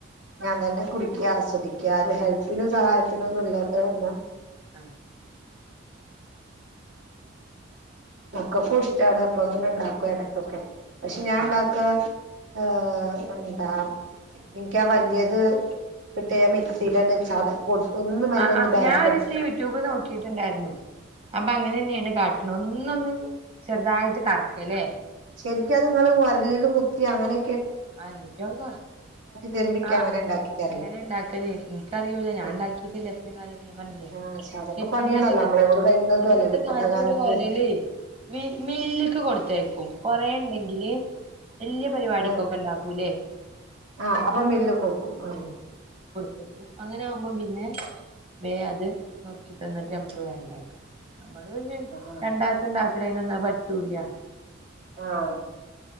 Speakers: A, on the right; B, on the right.
A: ഞാൻ തന്നെ കുടിക്കാ സ് സ്വദിക്കാ ആരു ഹെൽപ്പിനു സഹായത്തിനു ഒന്നു ല്ലാത്തെ ര്ണം
B: അഹ്
A: മക്കക്കു ഇഷ്ട്ടാണ് അപ്പൊ ങ്ങന ണ്ടാക്കു എടക്കൊക്കെ പക്ഷേ ഞാൻ
B: ആഹ്
A: ണ്ടാക്കാ ആ ന്താ ഇൻക്ക്യാ വല്ല്യത ക് ട്ട്യാ ഞാ മിക്സിലെന്നെ ചത പൊടി ഒന്ന് മെല്ലെ
B: അ
A: ഒന്ന്
B: ആ
A: ബേക്കടിക്കും
B: ഞാ ഓരോസി യൂ ടൂബ് നോക്കിട്ട്ണ്ടാര്ന്നു അപ്പ അങ്ങനെന്നേണ് കാട്ട്ണ് ഒന്ന് ന്നൊന്ന് ചെർതായിട്ട് കർക്ക ലേ
A: ശെര്ക്യത് ങ്ങള് ഓര്ലിൽ കുത്തി അങ്ങനെ
B: അ <unintelligible> വ്വ
A: തരുമ്പോ ഇക്ക്
B: ആഹ്
A: അങ്ങനെ ഉണ്ടാക്കി തരല്
B: അങ്ങനെ ണ്ടാക്കല് ഇൻകറിയൂല ഞാൻ
A: ആ
B: ണ്ടാക്കിട്ടില്ല ത്രേ കലായ്ട്ട് ഞാൻ പർഞ്ഞില്ലേ
A: ആഹ് പക്ഷെ അതൊക്കെ
B: ഷേ പ്പ്
A: പണിയാണല്ലോ
B: ഇന്നത്തെ കാ
A: നമ്മളെ കൊണ്ട് കഴിയുന്നതും
B: ഇന്നത്തെ
A: അല്ലല്ലോ ഇപ്പത്തെ
B: കാൽത്തൊരു
A: കാലത്ത്
B: ഒരല് വി മില്ല്ക്ക്‌ കൊട്ത്തേയ്ക്കും കൊറേ ണ്ടെങ്കില് വല്ല്യ പര്പാടി
A: ആഹ്
B: അക്കൂലേ
A: ആഹ് അപ്പൊ മില്ല് ക്കൊടുക്കും ആഹ്
B: <unintelligible> അങ്ങനാവുമ്പോ പിന്നെ വേ അത് നുറ്ക്കി തന്നിട്ട് നമ്മ്ക്ക് വേണ്ടാക്ക. നമ്മള് പിന്നെ
A: ആഹ്
B: രണ്ടാക്ക് ണ്ടാക് <unintelligible> പറ്റൂല്യ.
A: ആഹ്